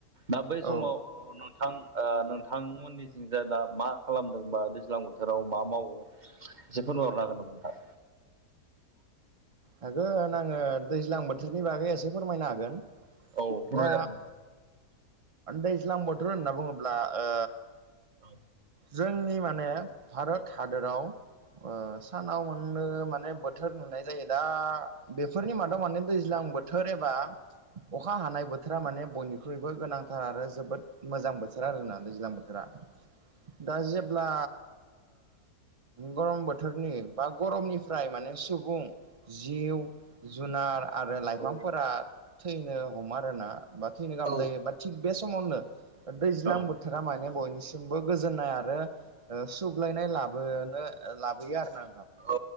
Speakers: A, on the right; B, on the right.
A: दा बै
B: औ
A: समाव थां नोंथांमोननिथिं जाय दा मा खालामदोंबा दैज्लां बोथोराव मा मावो एसे फोरमायहरनो हागोन नामा नोंथां
B: हागोन आङो दैज्लां बोथोरनि बागै एसे फोरमायनो हागोन
A: औ फोरमायजागोन
B: दा दैज्लां बोथोर होनना बुङोब्ला आ
A: औ
B: जोंनि माने भारत हादराव ओ सानाव मोननो माने बोथोर नुनाय जायो दा बेफोरनि मादाव माने दैज्लां बोथोर एबा अखा हानाय बोथोरा माने बयनिख्रुइबो गोनांथार आरो जोबोद मोजां बोथोर आरोना दैज्लां बोथोरा दा जेब्ला गरम बोथोरनि बा गरमनिफ्राय माने सुबुं जिउ जुनार आरो लाइफांफोरा
A: औ
B: थैनो हमो आरोना बा थैनो गाहाम
A: औ नोंथां औ
B: जायो बा थिग बे समावनो दैज्लां
A: नोंथां
B: बोथोरा माने बयनिसम सिमबो गोजोननाय आरो सुग्लायनाय लाबोनो लाबोयो आरोना
A: औ